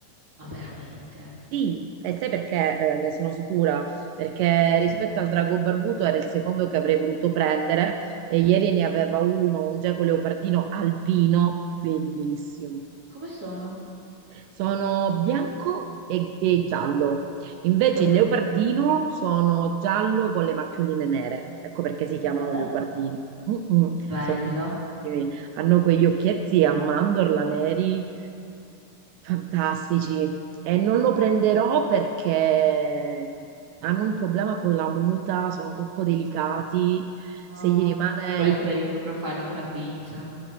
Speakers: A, on the right (about 25°); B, on the right (about 80°).
A: Ma veramente?
B: Sì, e sai perché eh, ne sono sicura? Perché
A: Sì.
B: rispetto al drago barbuto era il secondo che avrei voluto prendere e ieri ne aveva uno, un geco leopardino alpino, bellissimo.
A: Come sono?
B: sono bianco e, e giallo. Invece
A: Che bello.
B: il leopardino sono giallo con le macchioline nere. Ecco perché si
A: Oh,
B: chiamano leopardini. Mm-mm,
A: Bello.
B: sono bellissimi. Hanno quegli occhietti a mandorla neri, fantastici. E non lo prenderò perché hanno un problema con la muta, sono troppo delicati. Se
A: ah,
B: gli rimane
A: Di quelli
B: il
A: che
B: pezzettino
A: devi proprio farli con la pinza.